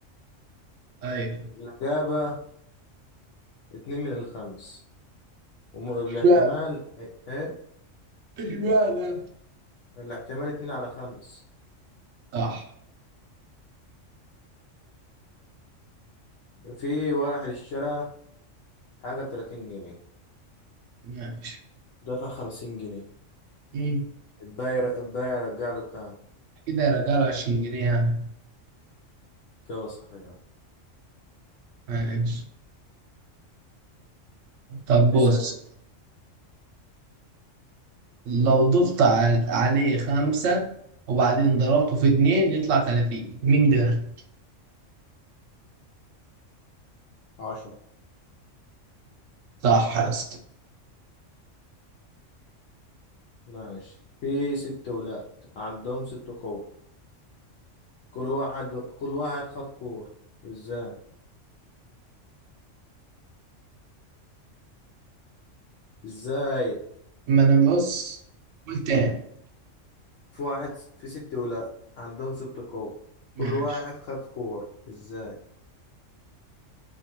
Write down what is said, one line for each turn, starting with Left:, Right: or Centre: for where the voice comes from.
Right: أيوة
Left: الإجابة اتنين من الخمس والاحتمال
Right: اشمعنى
Left: إيه؟
Right: اشمعنى
Left: الاحتمال اتنين على خمس
Right: صح
Left: في واحد اشترى حاجة بتلاتين جنيه
Right: ماشي
Left: دفع خمسين جنيه
Right: مم.
Left: البايع البايع رجع له كام؟
Right: كده يا رجالة عشرين جنيه يعني.
Left: إجابة صحيحة
Right: ماشي طب بص
Left: اسأل من
Right: لو ضفت ع- عليه خمسة وبعدين ضربته في اتنين يطلع تلاتين مين ده؟
Left: عشرة
Right: صح يا اسطى
Left: ماشي في ست ولاد عندهم ست قوة كل واحد كل واحد خد قوة ازاي؟ ازاي
Right: ما انا بص قول تاني
Left: في واحد في ست ولاد عندهم ست قوة كل
Right: ماشي
Left: واحد خد كور ازاي